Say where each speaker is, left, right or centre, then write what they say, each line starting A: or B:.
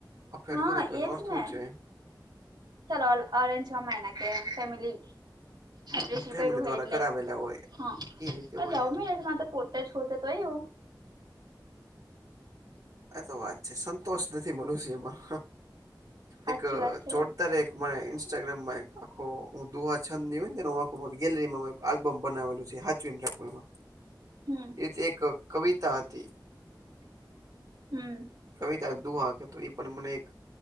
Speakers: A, on the right; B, on the right.
A: અફેર
B: હા
A: કરે તો એનો
B: એજ
A: અર્થ
B: ને
A: હું છે
B: ચાલ અરેન્જમા એના કે ફેમિલી આપસ
A: ફેમિલી
B: કર્યું હ
A: દ્વારા
B: એટલે
A: કરાવેલા હોય
B: હા
A: એ રીતે હોય
B: લવ મેરેજમાં તો પોતે જ શોધે તોય એવું
A: એતો વાત છે સંતોષ નથી મનુષ્યમાં
B: સાચી
A: એક
B: વાત છે
A: જોરદાર એક મ ઇન્સ્ટાગ્રામમાં એક આખો હું દુહા છંદ રી ગેલેરી માં આલ્બમ બનાવેલું છે સાચવી રાખ એમાં એ
B: હમ
A: રીતે એક કવિતા હતી.
B: હમ.
A: કવિતા દુહા કે તો એ પણ મને એક